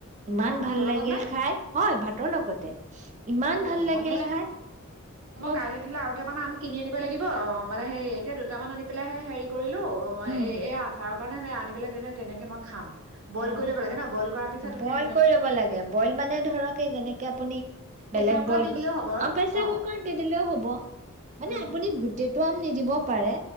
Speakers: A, on the right (about 35°); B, on the right (about 75°).
A: ইমান
B: অ ভাতৰ
A: ভাল
B: লগত
A: লাগিল
B: নে
A: খাই হয় ভাত। ভাতৰ লগতে ইমান
B: অ'
A: ভাল লাগিল
B: মই ধৰিলে
A: খাই মই
B: কাইলৈ ধৰিলে আৰু দুটামান আম কিনি আনিব লাগিব অ মানে হে এতিয়া দুটামান আনি পেলাইহে হেৰি কৰি লো অই
A: উম
B: এই এই আচাৰ স কাৰণে আনি পেল তেতিয়াহলে তেনেকে মই খাম। বইল
A: অ
B: কৰি ল'ব লাগে ন বইল কৰাৰ পিছত এনেকে
A: বইল কৰি ল'ব লাগে বইল মানে ধৰক এই যেনেকে আপুনি
B: প্ৰেছাৰ
A: বেলেগ
B: কুকাৰত
A: বইল
B: দি দিলেও হ'ব আৰু
A: প্ৰেচাৰ
B: অ'
A: কুকাৰত দি দিলেও হ'ব মানে
B: উম
A: আপুনি গ সেইটো আম নিদিব পাৰে